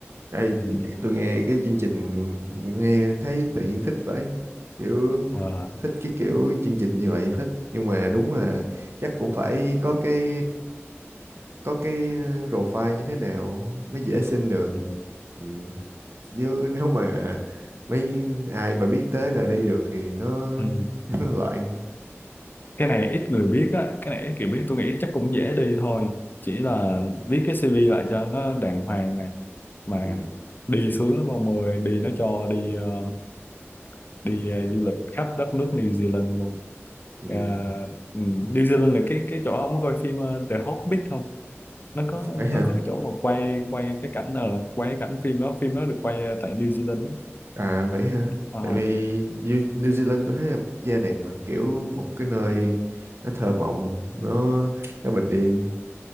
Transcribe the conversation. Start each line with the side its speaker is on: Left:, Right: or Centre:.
Right: đây
Left: ừ,
Right: tôi nghe cái chương trình nghe thấy tự nhiên thích vậy kiểu
Left: ờ,
Right: thích cái kiểu chương trình như vậy phết nhưng mà đúng là chắc cũng phải có cái có cái profile như thế nào mới dễ xin được
Left: ừ,
Right: ừ chứ nếu mà mấy ai mà biết tới là đi được thì nó,
Left: ừ.
Right: <laughs> nó loạn
Left: cái này ít người biết á cái này ít người biết tôi nghĩ chắc cũng dễ đi thôi chỉ là viết cái CV lại cho nó đàng hoàng này mà
Right: ừ.
Left: đi sướng lắm ông ơi đi nó cho đi ờ, đi ờ, du lịch khắp đất nước New Zealand luôn
Right: Ừ.
Left: Ờ, ừ, New Zealand là cái cái chỗ ông có coi phim ờ, The Hobbit không nó có
Right: vậy hả
Left: nó có cái chỗ mà quay quay cái cảnh là quay cái cảnh phim đó phim đó được quay ờ, tại New Zealand đó.
Right: à vậy hả
Left: Ờ,
Right: tại vì New, New Zealand tôi thấy là một quốc gia đẹp mà kiểu một cái nơi
Left: ừ.
Right: nó thơ mộng nó nó bình yên